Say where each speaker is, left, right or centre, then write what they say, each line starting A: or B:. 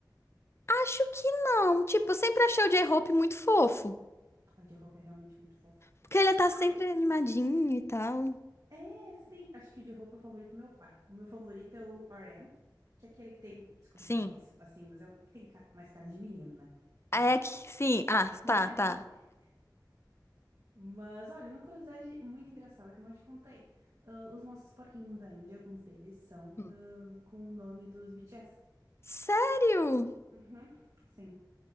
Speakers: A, on the left; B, on the right.
A: Acho que não. Tipo, eu sempre achei o J-Hope muito fofo.
B: Ai, O de roupa é realmente muito fofo.
A: Porque ele tá sempre
B: Ai,
A: animadinho e tal.
B: é, sim. Acho que o de roupa é o favorito do meu pai. O meu favorito é o RM, que é aquele que tem. Desculpa
A: Sim.
B: falar isso assim, mas é o que tem ca- mais cara de menino, né?
A: É
B: Enfim.
A: que, sim. Ah,
B: <laughs>
A: tá, tá.
B: Mas olha, uma curiosidade muito engraçada que eu não te contei. Ah, os nossos porquinhos da Índia, alguns deles, são
A: Hum.
B: ah, com o nome dos BTS.
A: Sério?
B: Uhum, sim.